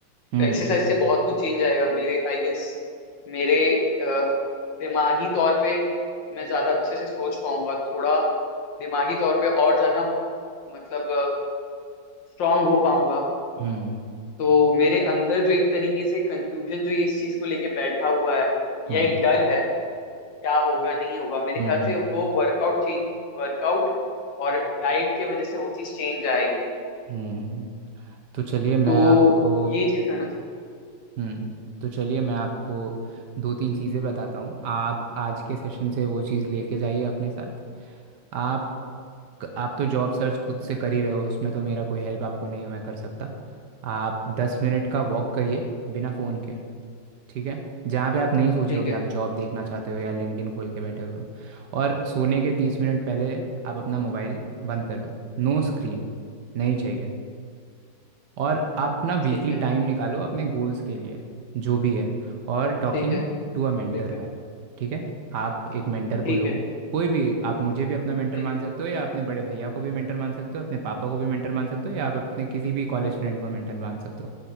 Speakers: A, on the right (about 65°); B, on the left (about 70°).
A: हम्म
B: तो एक्सरसाइज से बहुत कुछ चेंज आएगा मेरे आई गेस मेरे अ, दिमागी तौर पे मैं ज्यादा अच्छे से सोच पाऊंगा थोड़ा दिमागी तौर पे और ज्यादा मतलब स्ट्रांग हो पाऊंगा
A: हम्म
B: तो मेरे अंदर जो एक तरीके से कंफ्यूजन जो इस चीज को लेके बैठा हुआ है या
A: हम्म
B: एक डर है क्या होगा नहीं होगा मेरे
A: हम्म
B: ख्याल से वो वर्कआउट चेंज वर्कआउट और डाइट के वजह से वो चीज चेंज आएगी
A: हम्म तो चलिए मैं
B: तो
A: आपको
B: ये चीज करना था
A: हम्म तो चलिए मैं आपको दो तीन चीज़ें बताता हूँ आप आज के सेशन से वो चीज़ लेके जाइए अपने साथ आप आप तो जॉब सर्च खुद से कर ही रहे हो उसमें तो मेरा कोई हेल्प आपको नहीं मैं कर सकता आप दस मिनट का वॉक करिए बिना फ़ोन के ठीक है जहाँ पे आप नहीं सोच
B: ठीक
A: रहे हो कि
B: है
A: आप जॉब देखना चाहते हो या लिंक्डइन खोल के बैठे हुए हो और सोने के तीस
B: हम्म
A: मिनट
B: हम्म,
A: पहले आप अपना मोबाइल बंद कर दो नो स्क्रीन नहीं चाहिए और आप ना वीकली
B: ठीक है
A: टाइम निकालो अपने गोल्स के लिए जो भी है और talking
B: ठीक है
A: to a mentor
B: ठीक है
A: by ठीक है आप एक मेंटर को
B: ठीक
A: लो
B: है
A: कोई भी आप मुझे भी अपना मेंटर
B: ठीक
A: मान
B: है
A: सकते हो या अपने बड़े भैया को भी मेंटर मान सकते हो अपने पापा को भी मेंटर मान सकते हो या आप अपने किसी भी कॉलेज फ्रेंड को मेंटर मान सकते हो